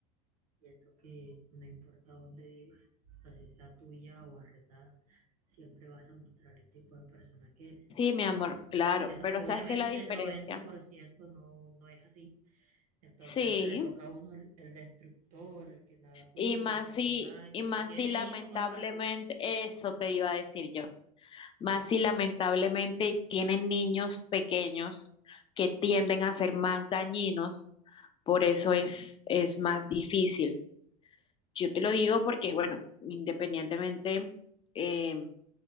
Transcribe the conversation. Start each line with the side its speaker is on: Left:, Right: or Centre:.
Right: pienso que no importa dónde vivas, así sea tuya o arrendada, siempre vas a mostrar el tipo de persona que eres.
Left: sí, mi amor,
Right: Y,
Left: claro,
Right: y eso,
Left: pero
Right: obviamente
Left: ¿sabes qué es la diferencia?
Right: el noventa por ciento no, no es así. Entonces
Left: Sí,
Right: le toca a uno el, el destructor, el que nada cuida,
Left: Y más
Right: el que
Left: si,
Right: todo daña.
Left: y más
Right: Si tiene
Left: si lamentablemente,
Right: hijos más rápido,
Left: eso te iba a decir yo, más si lamentablemente tienen niños pequeños que tienden a ser más dañinos, por eso es, es más difícil. Yo te lo digo porque, bueno, independientemente, eh,